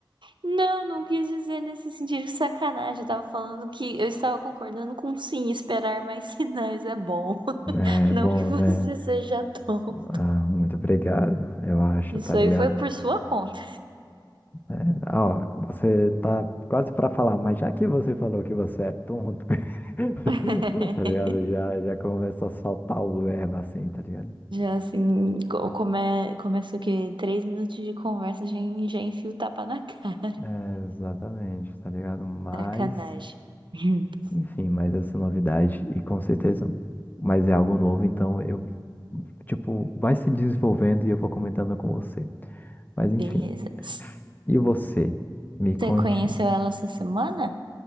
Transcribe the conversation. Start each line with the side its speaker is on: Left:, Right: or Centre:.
Right: Não, não quis dizer nesse sentido de sacanagem. Eu tava falando que eu estava concordando com sim, esperar mais <laughs> sinais é bom.
Left: É
Right: Não
Left: bom,
Right: que você
Left: né?
Right: seja tonto.
Left: Ah, muito obrigado, eu acho,
Right: Isso
Left: tá ligado?
Right: aí foi por sua conta.
Left: É, ah, ó, você tá quase pra falar, mas já que você falou que você é tonto, <laughs>
Right: <laughs>
Left: tá ligado? Já, já começa a soltar o verbo assim, tá ligado?
Right: Já assim, co- come, começa o quê? Três minutos de conversa, já, en- já enfia o tapa na cara.
Left: É, exatamente, tá ligado? Mas,
Right: Sacanagem. Hum, <laughs>
Left: enfim, mas essa novidade, e com certeza, mas é algo novo, então eu, tipo, vai se desenvolvendo e eu vou comentando com você. Mas, enfim,
Right: Beleza. Você
Left: e você? Me conte.
Right: conheceu ela essa semana?